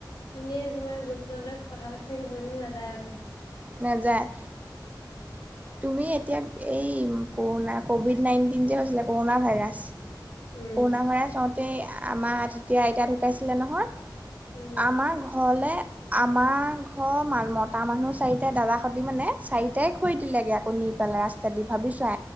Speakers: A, on the left; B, on the right.
A: এনেই তোমাৰ জোব লৈ লৈ কথা পাতি থাকিব কিন্তু নাযায় আকৌ।
B: নাযায়। তুমি এতিয়া এই কৰোণা, কভিড নাইণ্টিন যে হৈছিলে কৰোণা ভাইৰাছ,
A: উম
B: কৰোণা ভাইৰাছ হওঁতেই আমাৰ তেতিয়া আইতা ঢুকাইছিলে নহয়,
A: উম
B: আমাৰ ঘৰলে আমাৰ ঘৰ মান মতা মানুহ চাৰিটাই দাদাহঁতি মানে চাৰিটাই খৰি দিলেগে আকৌ নি পেলাই ৰাস্তা দি ভাবি চোৱা,